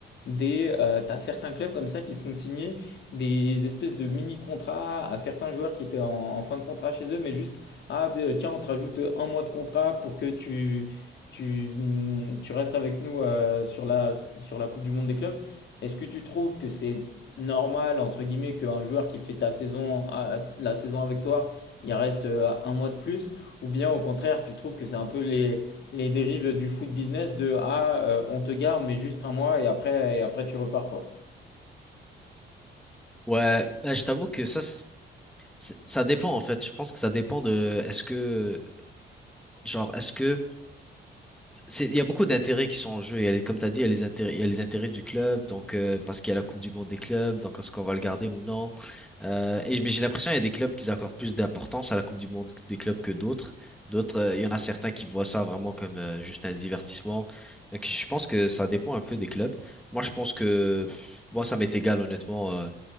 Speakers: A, on the left; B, in the centre.
A: Des, euh, t'as certains clubs comme ça qui font signer des espèces de mini-contrats à certains joueurs qui étaient en, en fin de contrat chez eux, mais juste, ah euh, tiens, on te rajoute un mois de contrat pour que tu, tu, hum, tu restes avec nous euh, sur la, sur la Coupe du Monde des clubs. Est-ce que tu trouves que c'est normal, entre guillemets, qu'un joueur qui fait ta saison, ah, la saison avec toi, il reste euh, un mois de plus, ou bien au contraire, tu trouves que c'est un peu les, les dérives du foot business de ah, euh, on te garde, mais juste un mois et après, et après tu repars quoi.
B: Ouais, bah, je t'avoue que ça, c'est- c'est- ça dépend en fait. Je pense que ça dépend de, est-ce que, genre, est-ce que c'est- il y a beaucoup d'intérêts qui sont en jeu. Il y a les- comme tu as dit, il y a les intérêts, il y a les intérêts du club, donc euh, parce qu'il y a la Coupe du Monde des clubs, donc est-ce qu'on va le garder ou non. Euh, et mais j'ai l'impression qu'il y a des clubs qui accordent plus d'importance à la Coupe du Monde des clubs que d'autres. D'autres, euh, il y en a certains qui voient ça vraiment comme euh, juste un divertissement. Donc je pense que ça dépend un peu des clubs. Moi, je pense que pff, moi, ça m'est égal honnêtement. euh,